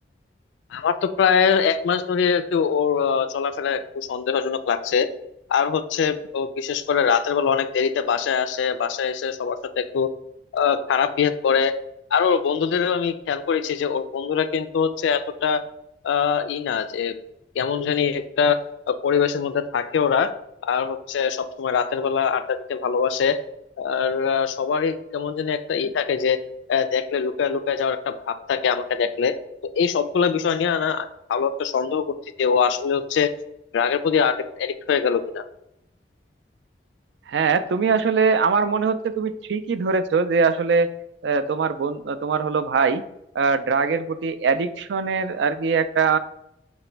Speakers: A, on the left; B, on the right.
A: আমার তো প্রায় এক মাস ধরে একটু ওর আহ, চলাফেরা একটু সন্দেহজনক লাগছে আর হচ্ছে ও বিশেষ করে রাতের বেলা অনেক দেরিতে বাসায় আসে বাসায় এসে সবার সাথে একটু আহ, খারাপ বিহেভ করে আর ওর বন্ধুদেরও আমি খেয়াল করেছি যে ওর বন্ধুরা কিন্তু হচ্ছে এতটা আহ ই না যে কেমন জানি একটা পরিবেশের মধ্যে থাকে ওরা আর হচ্ছে সবসময় রাতের বেলা আড্ডা দিতে ভালোবাসে আর আহ, সবারই কেমন জানি একটা ই থাকে যে আহ, দেখলে লুকায় লুকায় যাওয়ার একটা ভাব থাকে আমাকে দেখলে তো এই সবগুলা বিষয় নিয়ে না আমি ভালো একটা সন্দেহ করছি যে ও আসলে হচ্ছে ড্রাগের প্রতি অ্যাডিক্ট হয়ে গেল কিনা
B: হ্যাঁ তুমি আসলে আমার মনে হচ্ছে তুমি ঠিকই ধরেছো যে আসলে আহ, তোমার বোন আহ, তোমার হলো ভাই ড্রাগের প্রতি অ্যাডিকশনের আর কি একটা